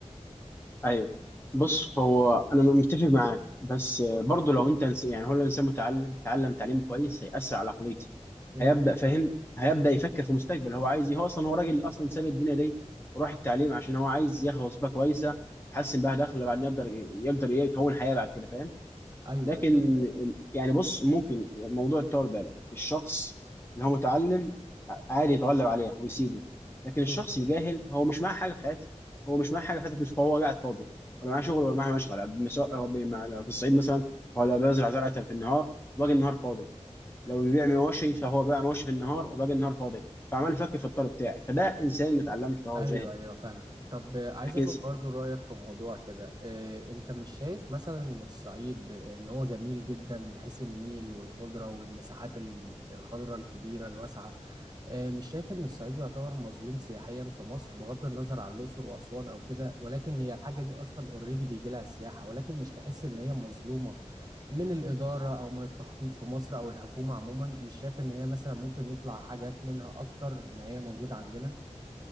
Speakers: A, on the left; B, on the right.
A: ايوه بص هو انا متفق معاك بس آه، برضه لو انت إنس- يعني هو لو الانسان متعلم تعلم تعليم كويس هيأثر على عقليته
B: مم.
A: هيبدا فاهم هيبدا يفكر في مستقبل هو عايز ايه هو اصلا هو راجل اصلا ساب الدنيا دي وراح التعليم عشان هو عايز ياخد وظيفه كويسه يحسن بها دخله بعدين يقدر يقدر يكون حياه بعد كده فاهم
B: أيوه
A: لكن
B: أيوه فاهم
A: ال- يعني بص ممكن موضوع التور ده لا الشخص اللي هو متعلم ع- عادي يتغلب عليها ويسيبه لكن الشخص
B: مم.
A: الجاهل هو مش معاه حاجه في حياته هو مش معاه حاجه في حياته مش هو قاعد فاضي ولا معاه شغل ولا معاه مشغل سواء في الصعيد مثلا ولا بيزرع زرعه في النهار باقي النهار فاضي لو بيبيع مواشي فهو باع مواشي في النهار وباقي النهار فاضي فعمال يفكر في الطلب بتاعي فده انسان ما اتعلمش فهو
B: ايوه
A: جاهل
B: ايوه فاهمك طب آه، عايز
A: لكن
B: اخد
A: س-
B: برضو رايك في موضوع كده آه، انت مش شايف مثلا ان الصعيد آه، ان هو جميل جدا بحيث النيل والخضره والمساحات ال- الخضراء الكبيره الواسعه آه، مش شايف ان الصعيد يعتبر مظلوم سياحيا في مصر بغض النظر عن الاقصر واسوان او كده ولكن هي الحاجه دي اصلا اوريدي بيجي لها سياحه ولكن مش تحس ان هي مظلومه من الإدارة أو من التخطيط في مصر أو الحكومة عموما مش شايف إن هي مثلا ممكن يطلع حاجات منها أكتر ما هي موجودة عندنا؟